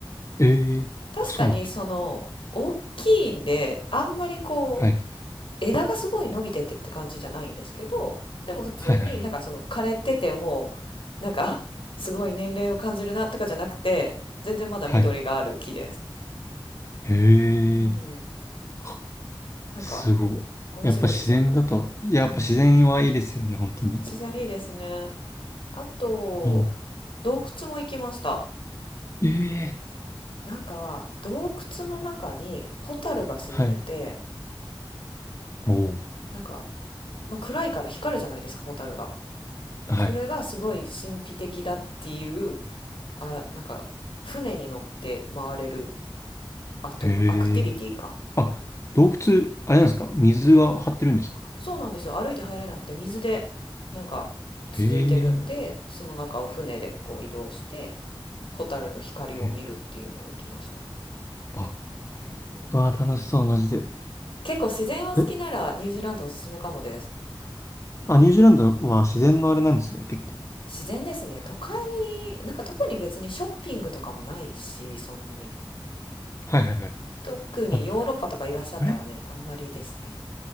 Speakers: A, on the left; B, on the left.
A: ええあ、
B: 確かにその大きいんで、
A: そうなんだ。
B: あんまりこう枝がすごい伸びててって感じじゃないんですけど、
A: はい。
B: でも普通になんかその枯れててもなんかあ、
A: はいはいはい。
B: すごい年齢を感じるなとかじゃなくて、全然まだ緑がある木です。
A: はい。へえ。
B: うん、
A: あ
B: なんか
A: すごい。
B: 面白いですよね。
A: やっぱ自然だと、やっぱ自然はいいですよね、
B: うん、
A: 本当に。
B: 自然いいですね。あと
A: いいな。
B: 洞窟も行きました。
A: ええ
B: なんか洞窟の中にホタルが住んでて。
A: はい。おお。
B: なんか、まあ、暗いから光るじゃないですか、蛍が。
A: はい。
B: それがすごい神秘的だっていう、あ、なんか、船に乗って回れるアト、
A: へえ。
B: アクティビティか。
A: あ、洞窟、あれなんですか水が張ってるんですか
B: そうなんですよ。歩いて入れなくて、水で、なんか、続いてるんで、
A: へえ。
B: その中を船でこう移動して、蛍の光を見るっていうのを行きました。
A: へえあ、
B: うんうん。
A: わあ、楽しそう、マジで。
B: 結構自然を好きならニュージーランドおすすめかもです。
A: えあ、ニュージーランドは自然のあれなんですね、結構。
B: 自然ですね。都会、なんか特に別にショッピングとかもないし、そんなに。
A: はいはいはい。
B: 特にヨーロッパとかいらっしゃったらね、
A: あ、あれ
B: あんまりですね。